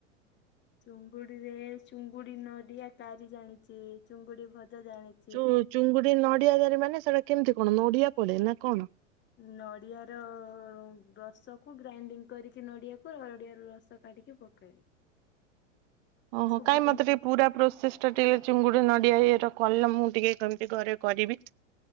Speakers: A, on the left; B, on the right.
A: ଚୁଙ୍ଗୁଡିରେ ଚୁଙ୍ଗୁଡି ନଡିଆ କାରି ଜାଣିଚି ଚୁଙ୍ଗୁଡି ଭଜା ଜାଣି
B: ଯଉ ଚୁଙ୍ଗୁଡି ନଡିଆ କରି ମାନେ ସେଟା କେମିତି କଣ ନଡିଆ ପଡେ ନା କଣ?
A: ନଡିଆ ର ରସ କୁ ଗ୍ରାଇଣ୍ଡିଙ୍ଗ୍ କରିକି ନଡିଆକୁ ନଡିଆ ର ରସ କାଢିକି ପକାଏ।
B: ଓ ହୋ,
A: ସବୁ
B: କାଇଁ
A: ଯେମିତି
B: ମତେ ଟିକେ ପୁରା ପ୍ରୋସେସ୍ ଟିକେ ଚିଙ୍ଗୁଡ଼ି ନଡିଆ ଇଏର କହିଲ, ମୁଁ ଟିକେ କେମିତି ଘରେ କରିବି?